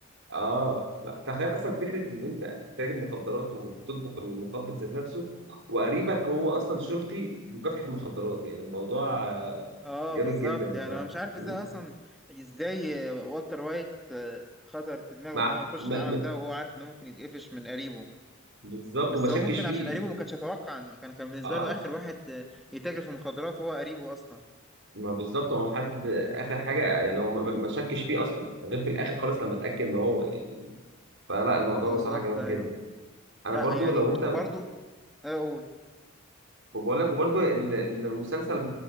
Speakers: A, on the right; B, in the centre.
A: اه لا، تخيل اصلا فكره ان انت تاجر مخدرات وبتطبخ المخدر ذات نفسه وقريبك هو اصلا شرطي في مكافحه المخدرات يعني الموضوع آه،
B: اه
A: جامد
B: بالظبط
A: جدا بصراحه
B: يعني انا مش عارف
A: مم.
B: ازاي اصلا ازاي والتر وايت آه، خطرت في دماغه
A: مع
B: ان هو يخش
A: ما...
B: العالم
A: ما...
B: ده وهو عارف انه ممكن يتقفش من قريبه
A: بالظبط
B: بس
A: وما شكش
B: هو ممكن
A: فيه
B: عشان قريبه ما كانش يتوقع إن- كان كان بالنسبه
A: اه
B: له اخر واحد آه، يتاجر في المخدرات هو قريبه اصلا
A: ما بالظبط هو حد اخر حاجه يعني هو ما ما- ما شكش فيه اصلا غير في الاخر خالص لما اتاكد ان هو يعني فلا الموضوع
B: بالظبط
A: بصراحه جامد
B: ايوه
A: جدا انا
B: لا
A: برضو
B: يعني
A: لو انت
B: برضو اقول
A: وبقول لك وبرضه ال- المسلسل